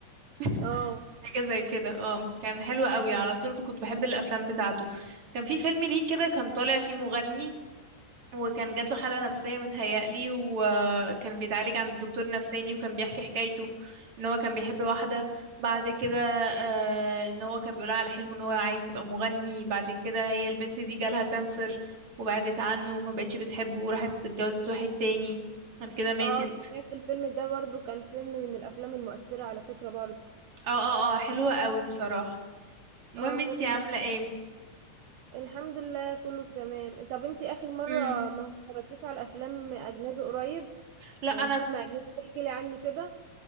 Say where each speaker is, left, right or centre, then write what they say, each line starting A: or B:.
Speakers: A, on the right; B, on the right.
A: <laughs>
B: اه
A: حاجه زي كده اه كان حلو قوي
B: امم
A: على طول كنت بحب الافلام بتاعته كان في فيلم ليه كده كان طالع فيه مغني وكان جات له حالة نفسية متهيألي وكان بيتعالج عند دكتور نفساني وكان بيحكي حكايته ان هو كان بيحب واحدة بعد كده آه، ان هو كان بيقولها على حلمه ان هو عايز يبقى مغني بعد كده هي البنت دي جالها كانسر وبعدت عنه ما بقتش بتحبه وراحت اتجوزت واحد تاني بعد كده ماتت
B: اه سمعت الفيلم ده برضو كان فيلم من الافلام المؤثرة على فكرة برضو
A: اه اه اه حلوة قوي بصراحة المهم
B: اه فيلم
A: انتي عاملة
B: من...
A: ايه
B: الحمد لله كله تمام طب انتي اخر مرة
A: امم
B: ما اتفرجتيش على افلام اجنبي قريب
A: لا
B: يعني
A: انا
B: فيلم اجنبي تحكي لي عنه كده